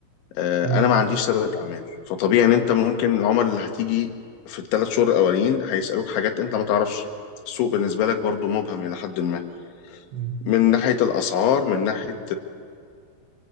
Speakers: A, on the left; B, on the right.
A: آه،
B: زي الفل
A: انا ما عنديش سابقه اعمال فطبيعي ان انت ممكن العملاء اللي هتيجي في الثلاث شهور الاولين هيسالوك حاجات انت ما تعرفش السوق بالنسبه لك برضو مبهم الى حد ما
B: مم.
A: من ناحيه الاسعار من ناحيه